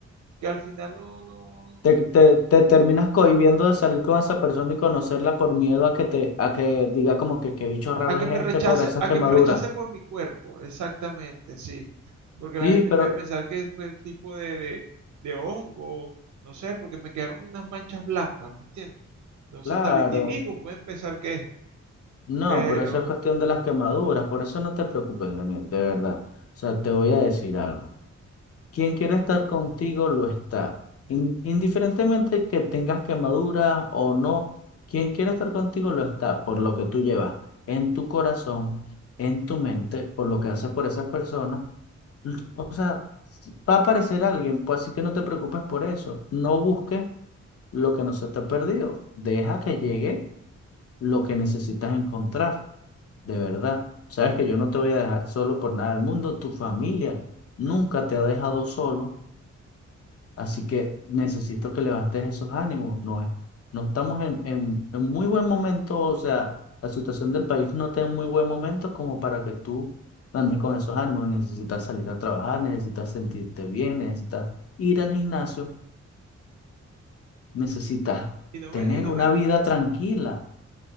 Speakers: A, on the right; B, on the left.
A: que al final no, no,
B: Te, te, te terminas cohibiendo de salir con esa persona y conocerla por miedo a que te, a que diga como que qué bicho raro
A: A que
B: es este
A: me rechace,
B: por esas
A: a
B: quemaduras.
A: que me rechace por mi cuerpo, exactamente, sí. Porque la
B: Sí,
A: gente
B: pero
A: puede pensar que fue un tipo de, de, de hongo, no sé, porque me quedaron unas manchas blancas, ¿me entiendes? Entonces
B: claro.
A: hasta vitiligo pueden pensar que es,
B: No,
A: pero...
B: pero eso es cuestión de las quemaduras, por eso no te preocupes, Daniel, de verdad. O sea, te voy a decir algo. Quien quiere estar contigo lo está. In- indiferentemente que tengas quemaduras o no, quien quiere estar contigo lo está por lo que tú llevas en tu corazón, en tu mente, por lo que haces por esas personas. L- O sea, va a aparecer alguien, pues así que no te preocupes por eso. No busques lo que no se te ha perdido. Deja que llegue lo que necesitas encontrar. De verdad, sabes que yo no te voy a dejar solo por nada del mundo. Tu familia nunca te ha dejado solo, así que necesito que levantes esos ánimos. No es, no estamos en, en, en muy buen momento, o sea, la situación del país no está en muy buen momento como para que tú andes con esos ánimos. Necesitas salir a trabajar, necesitas sentirte bien, necesitas ir al gimnasio, necesitas
A: Y, no me,
B: tener
A: y, no
B: una
A: me, re-
B: vida tranquila.